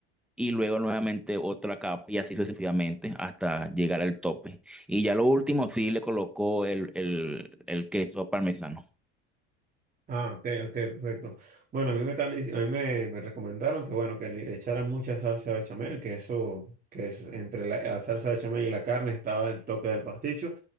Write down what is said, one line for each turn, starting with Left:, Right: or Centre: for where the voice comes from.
Centre: y luego nuevamente otra capa y así sucesivamente hasta llegar al tope. Y ya lo último sí le coloco el, el, el queso parmesano.
Right: Ah, ok, ok, perfecto. Bueno, a mí me están dic- a mí me, me recomendaron que bueno, que le echaran mucha salsa bechamel, que eso, que es entre la, la salsa bechamel y la carne estaba el toque del pasticho.